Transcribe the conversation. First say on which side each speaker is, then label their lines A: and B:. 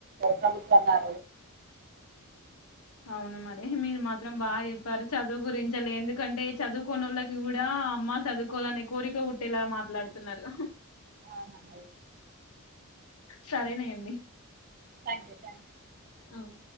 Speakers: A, on the right; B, on the left.
A: ప్రభుత్వగ్ర
B: అవున మరి మీరు మాత్రం బాగా చెప్పారు చదువు గురించలే ఎందుకంటే చదువు కొన వాళ్ళకి కూడా అమ్మ చదువుకోవాలని కోరిక పుట్టేలా మాట్లాడుతున్నారు
A: అవునండి,
B: సరేనాయండి
A: థ్యాంక్ యూ థ్యాంక్ యూ
B: అవు